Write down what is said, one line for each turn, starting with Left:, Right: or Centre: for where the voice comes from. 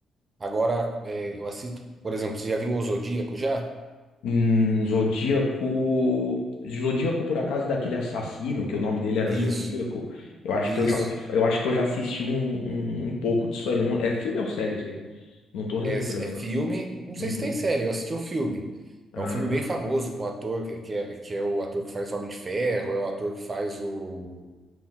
Right: Agora, é, eu assisto, por exemplo, você já viu O Zodíaco já?
Left: Hum, Zodíaco. Zodíaco, por acaso, daquele assassino, que o nome dele era
Right: Isso,
Left: Zodíaco. Eu acho
Right: isso.
Left: que eu já ouvi, eu acho que eu já assisti um, um, um pouco disso aí. Eu não- é filme ou série, gente? Não tô relembrando
Right: É, é filme.
Left: agora.
Right: Não sei
Left: Uhum.
Right: se tem série, eu assisti o filme.
Left: Ah,
Right: É um filme bem famoso com o ator que, que, é, que é o ator que faz o Homem de Ferro, é o ator que faz o,